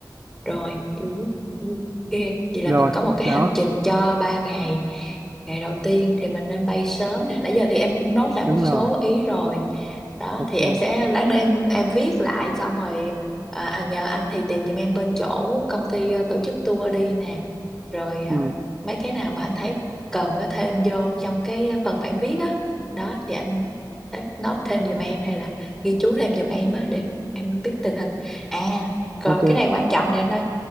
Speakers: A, in the centre; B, on the right.
A: rồi hiểu Ừ, ok vậy
B: rồi
A: là mình có một cái
B: đó
A: hành trình cho ba ngày ngày đầu tiên thì mình nên bay sớm nè nãy giờ thì em cũng nốt lại một
B: đúng rồi
A: số ý rồi đó
B: ok
A: thì em sẽ lát nữa em em viết lại xong rồi à, anh nhờ anh thì tìm giùm em bên chỗ công ty ờ, tổ chức tour đi nè rồi à,
B: ừ,
A: mấy cái nào mà anh thấy cần có thêm vô trong cái phần mà em viết á đó. thì anh thấy note thêm giùm em hay là ghi chú thêm giùm em á để em biết tình hình à còn
B: ok
A: cái này quan trọng nè anh ơi